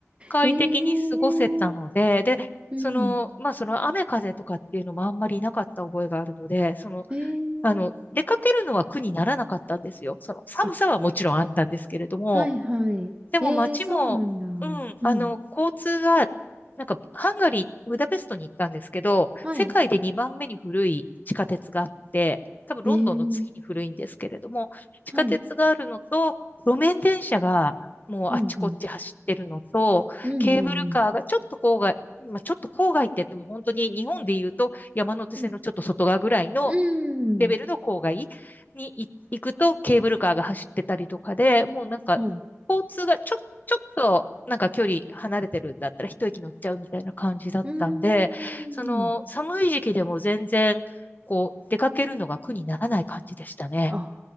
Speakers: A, on the left; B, on the right.
A: 快適に過ごせたので、
B: ええ
A: で、
B: うん、
A: その、まあ、その雨風とかっていうのもあんまりなかった覚えがあるので、その、
B: ええ
A: あの、出かけるのは苦にならなかったんですよ。その寒さはもちろんあったんですけれども、
B: あ、はいはい。
A: でも街も、
B: ええそうなんだ。
A: うん、
B: うん、
A: あの、交通が、なんか、ハンガリー、ブダペストに行ったんですけど、
B: はい。
A: 世界で2番目に古い地下鉄があって、多分ロンドンの次に古いんですけれども、
B: お、ええ
A: 地下鉄があるのと、
B: はい。
A: 路面電車がもうあっちこっち走ってるのと、
B: うん、うん、うん、
A: ケーブルカーがちょっと郊外、
B: うん、
A: まあ、ちょっと郊外って言っても本当に日本で言うと山手線のちょっと外側ぐらいの
B: うん、うん、
A: レベルの郊外に行くとケーブルカーが走ってたりとかで、
B: うん
A: もうなんか交通がちょ、
B: はい。
A: ちょっとなんか距離離れてるんだったら一息乗っちゃうみたいな感じだったんで、
B: うーん。
A: その寒い時期でも全然こう出かけるのが苦にならない感じでしたね。
B: あ、